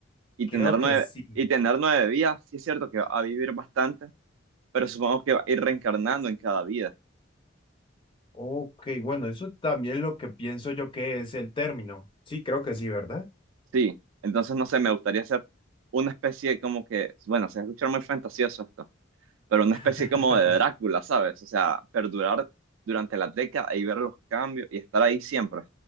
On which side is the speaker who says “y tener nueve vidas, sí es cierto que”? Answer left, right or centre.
Right